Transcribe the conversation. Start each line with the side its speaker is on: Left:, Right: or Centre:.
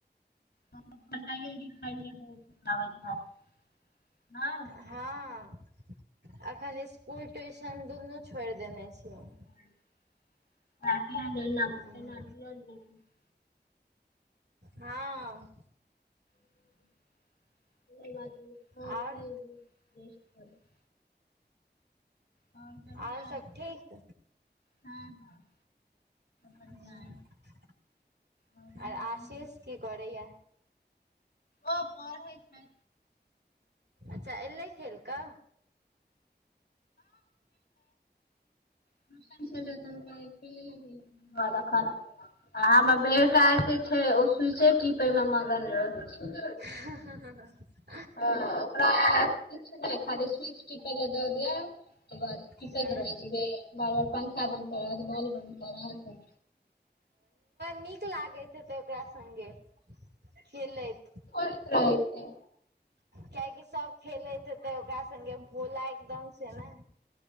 Left: तब तऽ पढ़ाइ लिखाइ नहि होयत हेत <unintelligible> नहि
Right: हँ अखन स्कुल ट्यूशन दुनू छोड़ देने छिय
Left: <unintelligible>
Right: छियै हँ
Left: <unintelligible>
Right: आओर
Left: और भड़िया
Right: आओर सब ठीक
Left: ह हँ हँ बढ़िया
Right: <inaudible>
Left: अइ और अहीं
Right: आर
Left: कहियौ
Right: आशीष की करैया
Left: ओ पढ़ है
Right: अच्छा एलै खेल कऽ
Left: टूशन से अल्ले <unintelligible> आ हमर बेटा जे छै ओ स्विछे टिपे मे मगन रहै छै
Right: ह ह ह
Left: ह ओकरा नहि <unintelligible> खाली स्विच टिक ल दऽ दि बस तिपात
Right: ह
Left: रह छै बार बार पंखा बन्द कर बॉल बन्द कर
Right: नीक लागैत हेते ओकरा सगे खेलैतैत
Left: टीपैत रहै छै
Right: कियकि सब खेलैत हेते ओकरा सगे भोला एकदम से ने